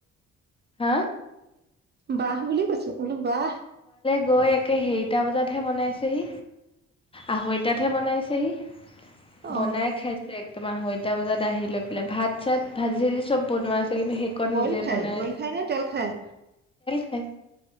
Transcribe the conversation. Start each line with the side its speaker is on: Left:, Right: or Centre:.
Left: হা
Right: বাহ বুলি কৈছো বোলো বাহ
Left: বৌয়ে একে সেৰিটা বজাতহে বনাইছেহি আঢ়ৈটাতহে বনাইছেহি
Right: অ
Left: বনাই খাইছে তোমাৰ আঢৈটা বজাত আহি লৈ পেলাই ভাত চাত ভাজি ভাজি চব বনোৱা কিন্তু সেইকণ
Right: বইল
Left: নিজে
Right: খায়
Left: বনাই
Right: বইল খায় নে তেল খায়
Left: স